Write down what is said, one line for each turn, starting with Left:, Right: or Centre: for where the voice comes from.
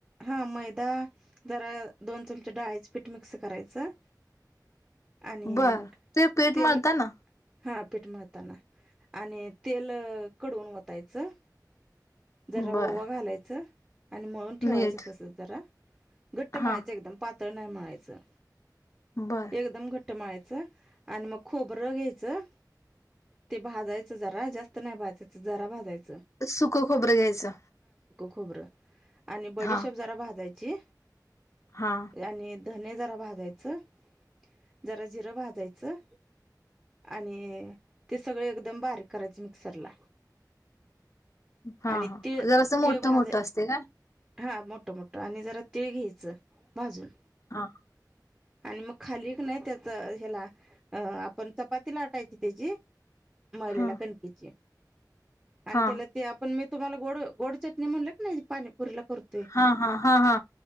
Right: हा मैदा जरा दोन चमचे डाळच पीठ मिक्स करायचं आणि
Left: बर ते पीठ
Right: तेल
Left: मळता ना
Right: हा पीठ मिळताना आणि तेल कडवून वतायचं जरा
Left: बर
Right: ओवा घालायचं आणि मळून ठेवायचं
Left: मीठ
Right: तस जरा घट्ट माळायचं
Left: हा
Right: एकदम पातळ नाही म्हळायचं
Left: बर
Right: एकदम घट्ट कट्टमाळाचं आणि मग खोबरं घ्यायचं ते भाजायचं जरा जास्त नाही भाजायचं जरा भाजायचं
Left: सुख खोबरं घ्यायचं
Right: खोबर आणि बडीशप
Left: हा
Right: जरा भाजायची
Left: हा
Right: आणि धने जरा भाजायचं जरा जिरं भाजायचं आणि ते सगळं एकदम बारीक करायचं मिक्सरला
Left: हा
Right: आणि
Left: हा
Right: तीळ
Left: जरा असं मोठं
Right: तीळ भाज
Left: मोठं असते का
Right: हा मोठं मोठं आणि जरा तीळ घ्यायचं भाजून
Left: हा
Right: आणि मग खाली क नाही त्याच ह्याला अ आपण चपाती लाटायची त्याची मलेला
Left: हा
Right: कणकीीची आणि
Left: हा
Right: त्याला ते आपण मी तुम्हाला गोड गोड चटणी म्हणले क ना पाणीपुरीला करतोय
Left: हा हा हा हा